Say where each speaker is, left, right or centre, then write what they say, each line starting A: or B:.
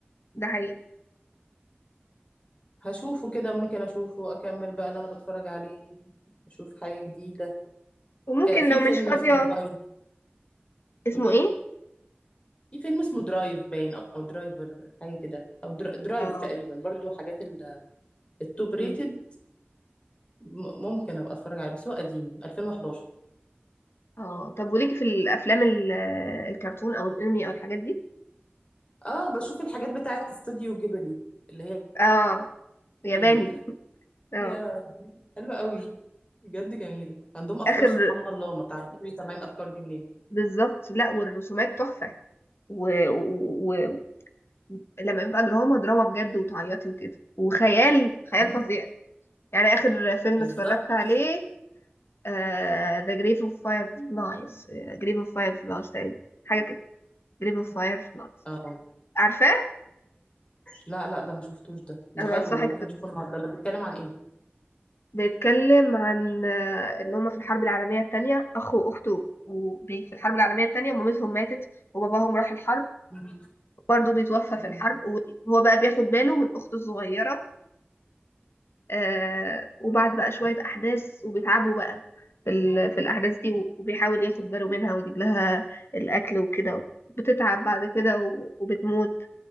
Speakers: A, on the left (about 85°); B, on the left (about 30°).
A: ده حقيقي
B: هشوفه كده ممكن اشوفه اكمل بقى اللي انا بتفرج عليه اشوف حاجه جديده
A: وممكن
B: ك- في
A: لو مش
B: فيلم
A: فاضية
B: اسمه درايف
A: اسمه
B: قولي
A: ايه؟
B: لي في فيلم اسمه درايف باين او درايفر حاجه كده او در- درايف
A: اه
B: تقريبا برضو حاجات ال- التوب ريتد
A: مم.
B: م- ممكن ابقى اتفرج عليه بس هو قديم 2011
A: اه طب وليكي في الأفلام ال- الكرتون أو الأنمي أو الحاجات دي؟
B: اه بشوف الحاجات بتاعت استوديو جيبلي اللي هي
A: اه ياباني
B: يعني دي
A: اه
B: يا حلوه قوي بجد جميله عندهم افكار
A: آخر
B: سبحان الله ما تعرفيش ليه طالعين الافكار دي منين
A: بالظبط لا والرسومات تحفة ولما و... و... و- لما بيبقى دراما دراما بجد وتعيطي وكده وخيال خيال
B: مم.
A: فظيع يعني آخر فيلم
B: بالظبط
A: اتفرجت عليه آه The Grave of Fireflies آه، Grave of Fireflies تقريبا حاجة كده Grave of Fireflies
B: اه
A: عارفاه؟
B: لا لا ده ما شفتوش ده ده
A: أنا
B: حلو
A: بنصحك
B: ده ممكن
A: بت-
B: اشوفه النهارده ده بيتكلم عن ايه
A: بيتكلم عن آه، إن هما في الحرب العالمية التانية أخ وأخته وبي- في الحرب العالمية التانية مامتهم ماتت وباباهم راح الحرب
B: مم.
A: برضه بيتوفى
B: مم.
A: في الحرب وهو بقى بياخد باله من أخته الصغيرة آه وبعد بقى شوية أحداث وبيتعبوا بقى في, ال... في الأحداث دي وبيحاول ياخد باله منها ويجيب لها الأكل وكده بتتعب بعد كده و... وبتموت